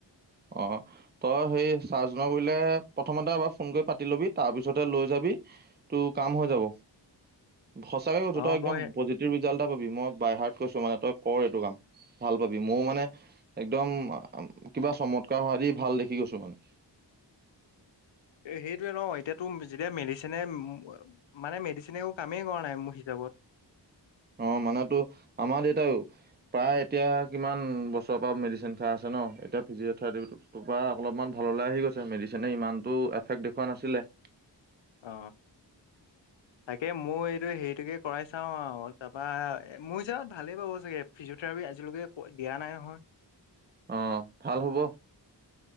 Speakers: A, on the right; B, on the left.
A: অ তই সেই চাৰ্জনা কৰিলে প্ৰথমতে এবাৰ ফোন কৰি পাতি লবি তাৰ পিছতে লৈ যাবি তোৰ কাম হৈ যাব সঁচাকৈ কৈছো
B: অ',
A: তই একদ
B: মই
A: পজিভ ৰিজাল্ট এটা পাবি মই বাই হাৰ্ট কৈছো মানে তই কৰ এইটো কাম ভাল পাবি মোৰ মানে একদম কিবা চমৎকাৰ হোৱা দি ভাল দেখি গৈছো মানে
B: সেইটোৱে ন এতিয়া তোৰ যেতিয়া মেডিচিনে মানে মেডিচিনে একো কামেই কৰা নাই মোৰ হিচাপত
A: অঁ মানেতো আমাৰ দেতাই প্ৰায় এতিয়া কিমান বছৰৰ পৰা মেডিচিন খাই আছে ন এতিয়া ফিজিঅ'থেৰাপিটোৰ পৰা অলপমান ভাললৈ আহি গৈছে মেডিচিনে ইমানতটো এফেক্ট দেখুওৱা নাছিলে।
B: অ তাকে ময়ো এইটো হেৰিটোকে কৰাই চাওঁ আৰু তাৰপা মোৰ হিচাপত ভালেই পাব চাগে ফিজিঅথেৰাপি আজিলৈকে দিয়া নাই নহয়
A: অ ভাল হব